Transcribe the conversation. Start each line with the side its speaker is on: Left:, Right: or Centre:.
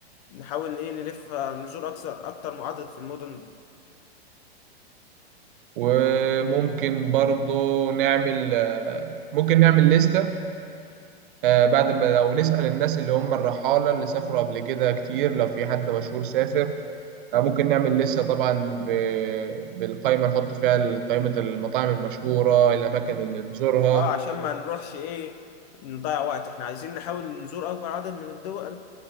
Left: نحاول ايه نلف نزور اكثر اكتر من عدد في المدن
Right: وممكن برضو نعمل آه، ممكن نعمل لستة آه، بعد ما لو نسأل الناس اللي هم الرحالة اللي سافروا قبل كده كتير لو في حد مشهور سافر آه، ممكن نعمل لسه طبعا ب... بالقائمة نحط فيها قائمة المطاعم المشهورة الأماكن اللي نزورها
Left: اه عشان ما نروحش ايه نضيع وقت احنا عايزين نحاول نزور اكبر عدد من الدول